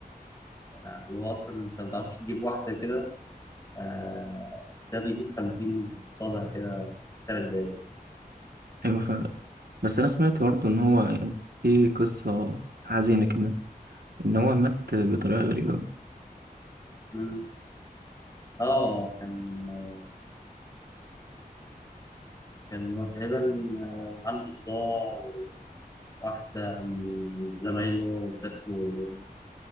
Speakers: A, on the left (about 20°); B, on the right (about 85°).
A: آه، اللي هو أصلا أنت ما بتعرفش تجيب واحدة كده آه، ده بيجيب خمسين صابع كده في ثلاث دقايق
B: ايوه فاهم بس انا سمعت برضه ان هو يعني في قصه حزينه كده ان هو مات بطريقه غريبه أوي.
A: مم. آه كان كان هو تقريبا آه، عنده صداع واحدة من زمايله ادت له